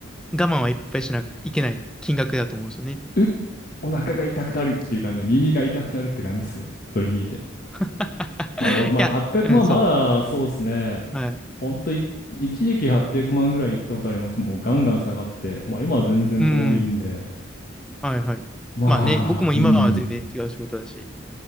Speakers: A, in the centre; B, on the left (about 45°).
A: 我慢はいっぱいしなきゃいけない金額だと思うんですよね。
B: うっお腹が痛くなるっていう感じの、耳が痛くなるって感じですよ。それ聞いて。
A: <laughs>
B: まあ、僕、
A: いや、
B: まだ800万、
A: うん、そう。
B: まだそうですね。
A: はい。
B: ほんとい、一時期800万ぐらい行ったことありますけど、もうガンガン下がって、まあ今は全然遠いんで、
A: うん。はい、はい。
B: まあ、
A: まあね、僕も今は全然違う仕事だし。
B: うん、